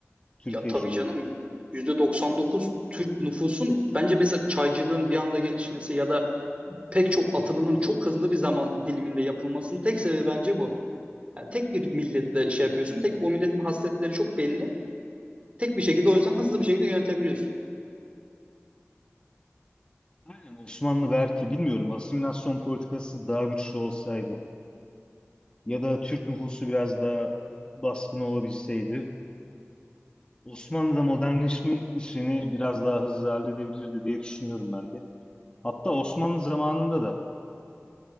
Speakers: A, on the left; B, on the right.
A: Türkiye
B: Ya tabii
A: Cumhuriyeti'nin.
B: canım %99 Türk nüfusun bence mesela çaycılığın bir anda gelişmesi ya da pek çok atılımın çok hızlı bir zaman diliminde yapılmasının tek sebebi bence bu. Yani tek bir milletle şey yapıyorsun. Tek o milletin hasletleri çok belli. Tek bir şekilde o yüzden hızlı bir şekilde yönetebiliyorsun.
A: Aynen Osmanlı belki bilmiyorum asimilasyon politikası daha güçlü olsaydı ya da Türk nüfusu biraz daha baskın olabilseydi Osmanlı'da modernleşme işini biraz daha hızlı halledebilirdi diye düşünüyorum ben de. Hatta Osmanlı zamanında da